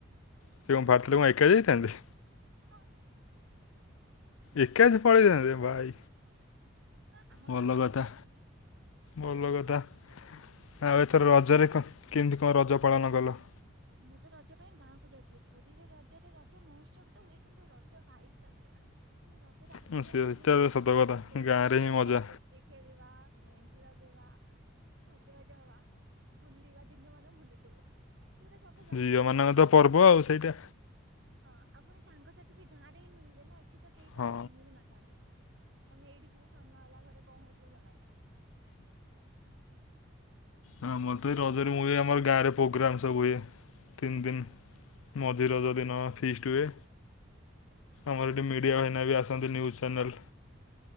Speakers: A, on the left; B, on the right.
A: ସେ କଁ ଭାରଥିଲେ କଁ ଏକା ଯାଇଥାନ୍ତେ?
B: ହଁ।
A: ଏକା ଯେ ପଳେଇ ଥାନ୍ତେ ଭାଇ,
B: ହଁ ଆମ
A: ଭଲ
B: ଘରେ ଛାଡନ୍ତି।
A: କଥା। ଭଲ କଥା। ଆଉ ଏଥର ରଜରେ କ କେମିତି କଁ ରଜ ପାଳନ କଲ?
B: ମୁଁ ତ ରଜ ପାଇଁ ଗାଁକୁ ଯାଇଥିଲି ପୁରୀରେ ରଜରେ ରଜ ମହୋତ୍ସବ ତ ହୁଏ କିନ୍ତୁ ରଜ ଭାଇବସ୍ ଆସେନା। ମାନେ ରଜରେ ଆକ୍ଚୁଆଲ୍
A: ଉଁ ସେଇଟା
B: ମିନିଂ
A: ତ
B: କଣ,
A: ସତ କଥା
B: ଦୋଳି
A: ଗାଁରେ
B: ଖେଳିବା,
A: ହିଁ ମଜା
B: ବୁ ଚି ଖେଳିବା, ମେହେନ୍ଦୀ ଲଗେଇବା। ସଜବାଜ ହବା ବୁଲିବା ଦିନ ମାନେ ବୁଲୁତୁବୁ। ସେଇରା ସବୁ ଗାଁରେ
A: ଝିଅ
B: ହିଁ
A: ମାନଙ୍କ
B: ଭଲ ଲାଗେ‌
A: ତ ପର୍ବ ଆଉ ସେଇଟା।
B: ହଁ ଆଉ ପୁଣି ସାଙ୍ଗସାଥି ବି ଗାଁରେ ହିଁ ମିଳିବେ ନା ଏଠି ତ କେହି
A: ହଁ
B: କହାକୁ ଚିହ୍ନି ବିି ନଥାନ୍ତି। ଆମେ ଏଇଠି ଥିବୁ ସାମ୍ନା ଆଲା ଘରେ କଣ ହଉଥୁବ ଜଣା ନାହିଁ। ମୁଁ
A: ହଁ
B: ସେଥିପାଇଁ
A: ମତେ
B: ଗାଁକୁ
A: ରଜରେ
B: ପଳେଇଥିଲି।
A: ମୁଁ ଏଇ ଆମର ଗାଁରେ ପୋଗ୍ରାମ୍ ସବୁ ହୁଏ ତିନ ଦିନ। ମଝି ରଜ ଦିନ ଫିଷ୍ଟ୍ ହୁଏ। ଆମ ଏଠି ମିଡ଼ିଆ
B: ହୁଁ
A: ବାହିନା ବି ଆସନ୍ତି ନ୍ୟୁଜ୍ ଚ୍ୟାନେଲ୍।